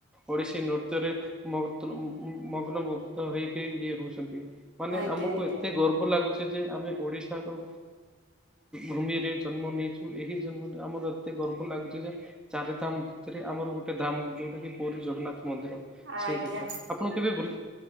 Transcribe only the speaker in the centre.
ଓଡିଶୀ ନୃତ୍ୟରେ ମଗ୍ ମଗ୍ନ ମୁଗ୍ଧ ହେଇକି ଇଏ ହୋଉଛନ୍ତି। ମାନେ
ଆମକୁ
ଏତେ ଗର୍ବ ଲାଗୁଛି ଯେ ଆମେ ଓଡ଼ିଶାର ଭୂମିରେ ଜନ୍ମ ନେଇଛୁ ଏହି ଜନ୍ମ ଆମର ଏତେ ଗର୍ବ ଲାଗୁଚି ଯେ ଚାରି ଦାମ୍ ସେଥିରେ ଆମର ଗୋଟେ ଧାମ ଯୋଉଟା କି ପୁରୀ ଜଗନ୍ନାଥ ମନ୍ଦିର
ସେଇ କେତରେ ଆପଣ କେବେ ବୁଲି